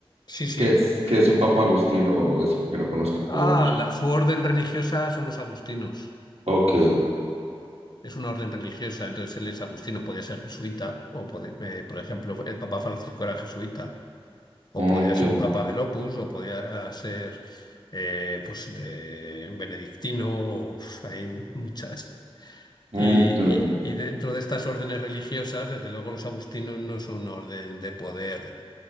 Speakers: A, on the left; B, on the right.
A: sí, sí.
B: ¿Qué es, qué es un papa agustino? Eso porque no conozco
A: Ah,
B: como mucho.
A: la- su orden religiosa son los agustinos.
B: Ok,
A: Es una orden religiosa, entonces él es agustino, podía ser jesuita, o pode- eh, por ejemplo, el Papa Francisco era jesuita, o
B: ok,
A: podía ser un Papa del Opus, o podía ser eh, pues de benedictino, o, uf, hay muchas.
B: ok.
A: Y, y- y dentro de estas órdenes religiosas, desde luego los agustinos no son un orden de poder,